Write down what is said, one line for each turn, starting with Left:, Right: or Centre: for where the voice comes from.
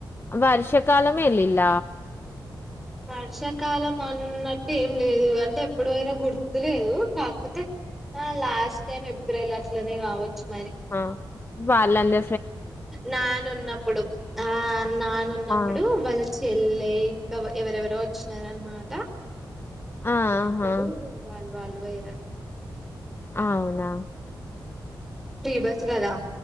Left: వర్షకాలమే ఎల్లిల
Centre: వర్షాకాలం అన్నట్టు ఏం లేదు అంటే ఎప్పుడు పోయిండ్రో గుర్తు లేదు కాక్పోతే ఆ లాస్ట్ టైం ఎప్రిల్ అట్లనే కావచ్చు మరి
Left: ఆ వాళ్లన్ చెప్
Centre: నానున్నప్పుడు ఆ నానున్నప్పుడు
Left: ఆ
Centre: వాళ్ళ చెల్లె ఇంకా ఎవరెవరో వచ్చినారన్మాట
Left: ఆహా
Centre: అప్పుడు వాళ్ళు ఓయిండ్రా
Left: అవునా
Centre: ఫ్రీ బస్ కదా